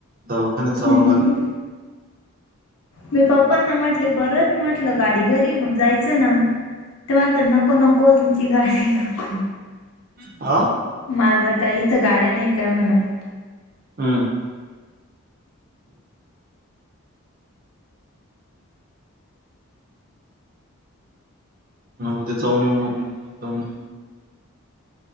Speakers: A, on the right; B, on the left.
A: दवाखान्यात जावं
B: हम्म.
A: लागल.
B: मी पप्पांना म्हटले परत म्हटलं गाडी घरी मग जायचं ना ते म्हणतायेत, नको नको तुमची गाडी नको
A: आ?
B: मलर का इथं गाड्या नाही काय म्हण?
A: हम्म उद्या जाऊन येउ मग मी जाऊन